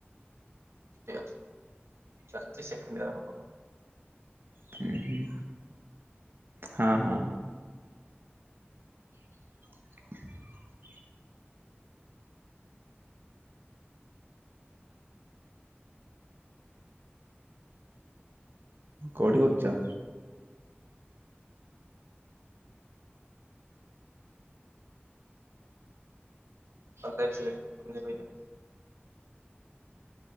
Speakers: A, on the right; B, on the right.
A: ୟ ଚାିଶ ସେକଣ୍ଡୟର ଆଉ।
B: ହ ହୁଁ ହଁ ହଁ।
A: ହେଁ ଯା ମ
B: ଖ କୋଉଠି କରୁଛ?
A: ଆ ତ୍ତେ ଛେ଼